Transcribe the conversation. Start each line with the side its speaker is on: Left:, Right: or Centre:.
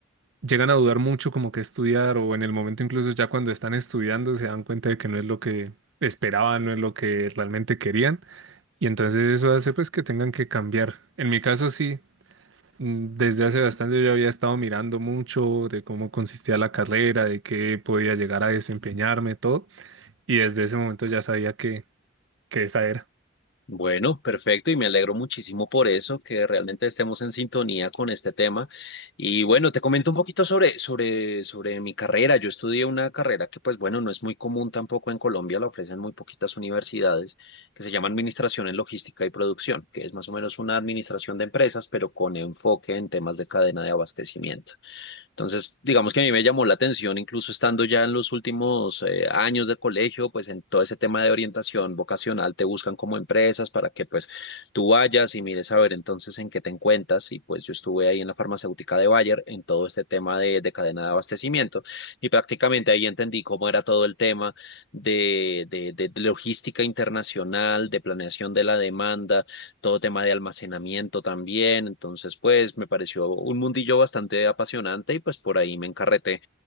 Right: llegan a dudar mucho como que estudiar o en el momento incluso ya cuando están estudiando se dan cuenta de que no es lo que esperaban, no es lo que realmente querían y entonces eso hace pues que tengan que cambiar. En mi caso sí, mm, desde hace bastante yo había estado mirando mucho de cómo consistía la carrera, de qué podía llegar a desempeñarme, todo y desde ese momento ya sabía que, que esa era.
Left: Bueno, perfecto y me alegro muchísimo por eso, que realmente estemos en sintonía con este tema. Y bueno, te comento un poquito sobre, sobre, sobre mi carrera. Yo estudié una carrera que, pues bueno, no es muy común tampoco en Colombia, la ofrecen muy poquitas universidades, que se llama Administración en Logística y Producción, que es más o menos una administración de empresas, pero con enfoque en temas de cadena de abastecimiento. Entonces, digamos que a mí me llamó la atención, incluso estando ya en los últimos eh, años del colegio, pues en todo ese tema de orientación vocacional te buscan como empresas para que pues tú vayas y mires a ver entonces en qué te encuentras. Y pues yo estuve ahí en la farmacéutica de Bayer en todo este tema de, de cadena de abastecimiento y prácticamente ahí entendí cómo era todo el tema de, de de- de logística internacional, de planeación de la demanda todo tema de almacenamiento también. Entonces, pues me pareció un mundillo bastante apasionante y pues por ahí me encarreté.